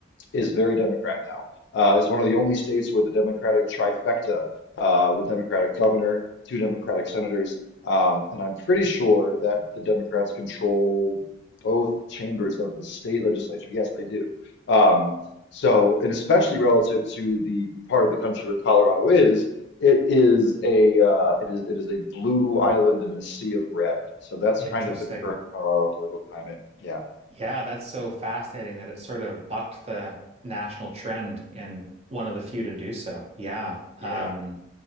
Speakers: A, on the left (about 65°); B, on the right (about 35°).
A: is very Democrat now. Uh, it's one of the only states with a Democratic trifecta, uh, with Democratic governor, two Democratic senators, um, and I'm pretty sure that the Democrats control both chambers of the state legislature. Yes, they do. Um, so, and especially relative to the part of the country where Colorado is, it is a uh, it is it is a blue island in a sea of red. So that's
B: interesting.
A: kind of the current Colorado political climate. Yeah.
B: Yeah, that's so fascinating that it sort of bucked the national trend and one of the few to do so. Yeah.
A: Yeah.
B: Um,